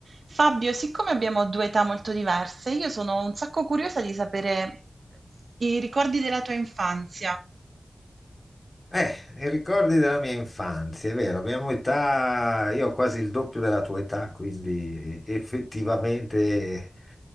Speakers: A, on the right; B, on the left.
A: Fabio, siccome abbiamo due età molto diverse, io sono un sacco curiosa di sapere i ricordi della tua infanzia.
B: Eh, i ricordi della mia infanzia, è vero, abbiamo età, io ho quasi il doppio della tua età, quindi effettivamente